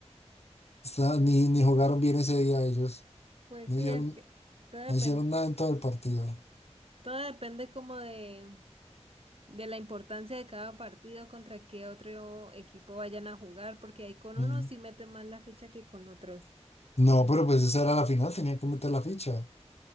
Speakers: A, on the left; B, on the right.
A: O sea, ni, ni jugaron bien ese día ellos.
B: Pues
A: No
B: sí,
A: hicieron,
B: es que todo depende,
A: no hicieron nada en todo el partido.
B: todo depende como de, de la importancia de cada partido contra qué otro equipo vayan a jugar, porque ahí con
A: Mm.
B: unos sí meten más la ficha que con otros.
A: No, pero pues esa era la final, tenían que meter la ficha.